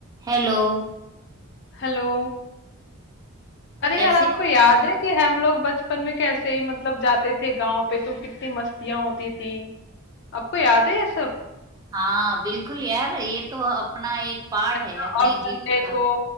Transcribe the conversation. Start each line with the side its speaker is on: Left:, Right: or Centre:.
Right: Hello
Left: हेलो अरे
Right: कैसे
Left: यार आपको
Right: हो
Left: याद है कि हम लोग बचपन में कैसे ही मतलब जाते थे गांव पे तो कितनी मस्तियां होती थी आपको याद है ये सब
Right: हाँ बिल्कुल यार ये तो अपना एक पार्ट
Left: है ना
Right: है अपने
Left: और संडे
Right: जीवन का
Left: को